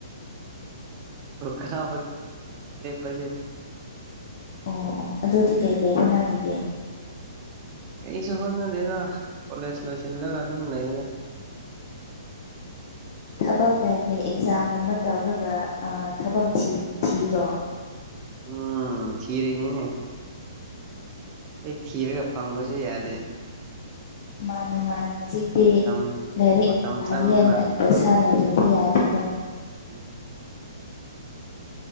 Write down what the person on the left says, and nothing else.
ꯑꯣ ꯑꯣ ꯑꯗꯨꯗꯤ ꯀꯩꯀꯩ ꯍꯣꯠꯅꯔꯤꯒꯦ
ꯊꯕꯛ ꯀꯩꯀꯩ ꯑꯦꯛꯖꯥꯝꯒꯨꯝꯕ ꯇꯧꯔꯒ ꯑ ꯊꯕꯛ ꯊꯤ ꯊꯤꯗ꯭ꯔꯣ
ꯃꯥꯅꯦ ꯃꯥꯅꯦ ꯍꯖꯤꯛꯇꯤ
ꯂꯥꯏꯔꯤꯛ
ꯍꯩꯌꯦꯅ
ꯄꯩꯁꯥ ꯂꯩꯇ꯭ꯔꯗꯤ ꯌꯥꯗꯦꯀꯣ